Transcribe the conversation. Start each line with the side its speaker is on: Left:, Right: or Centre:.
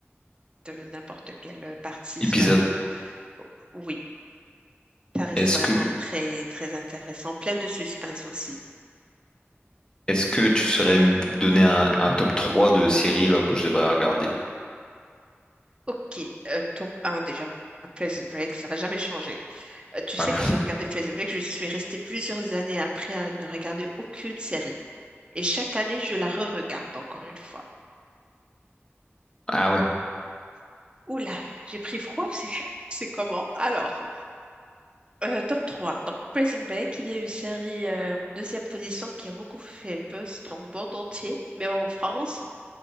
Right: de n'importe quel partie.
Left: Épisode.
Right: Voilà. Oui, ça reste
Left: Est-ce
Right: vraiment
Left: que,
Right: très, très intéressant. Plein de suspense aussi.
Left: est-ce que tu saurais me donner un, un top trois de séries là, que je devrais regarder?
Right: Ok, euh, top un déjà. Prison Break, ça va jamais changer. Euh, tu sais,
Left: Ouais.
Right: quand j'ai regardé Prison Break, je suis restée plusieurs années après à ne regarder aucune série. Et chaque année, je la re-regarde encore une fois.
Left: Ah ouais.
Right: Oula, j'ai pris froid, ou c'est <laughs> c'est comment? Alors, euh, top 3. Donc, Prison Break, il y a une série euh, en deuxième position qui a beaucoup fait le buzz dans le monde entier, même en France.